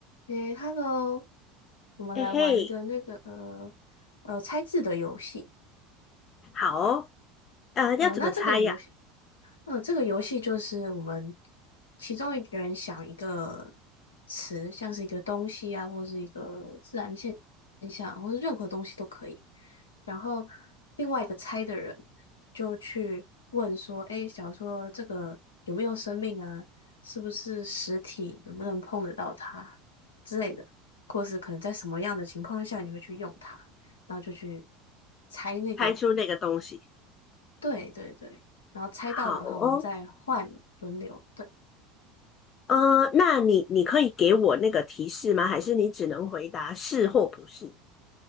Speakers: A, on the left; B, on the left.
A: 诶，Hello，我们来玩一个那个呃呃猜字的游戏。
B: 嘿嘿，好哦，呃，要怎么猜呀？
A: 呃，那这个游戏嗯，这个游戏就是我们其中一个人想一个词，像是一个东西啊，或是一个自然现象，或是任何东西都可以。然后另外一个猜的人就去问说：“诶，假如说这个有没有生命啊？是不是实体？能不能碰得到它之类的？或是可能在什么样的情况下你会去用它？”然后就去猜那个
B: 猜出那个东西，
A: 对对对，然后猜到的话，
B: 好哦，
A: 我们再换轮流。对，
B: 呃，那你你可以给我那个提示吗？还是你只能回答是或不是？